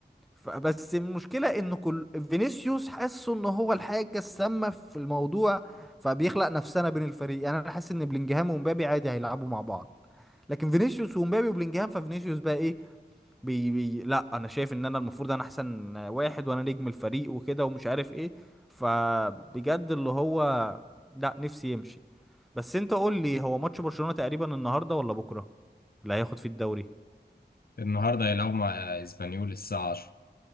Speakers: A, in the centre; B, on the left.
A: فبس المشكله ان كل فينيسيوس حاسه ان هو الحاجه السامه في الموضوع فبيخلق نفسنا بين الفريق يعني انا حاسس ان بلينجهام ومبابي عادي هيلعبوا مع بعض لكن فينيسيوس ومبابي وبلينجهام ففينيسيوس بقى ايه بي بي لا انا شايف ان انا المفروض انا احسن واحد وانا نجم الفريق وكده ومش عارف ايه فبجد اللي هو لا نفسي يمشي بس انت قول لي هو ماتش برشلونة تقريبا النهارده ولا بكره اللي هياخد فيه الدوري
B: النهارده هيلعبوا مع آه، اسبانيول الساعه 10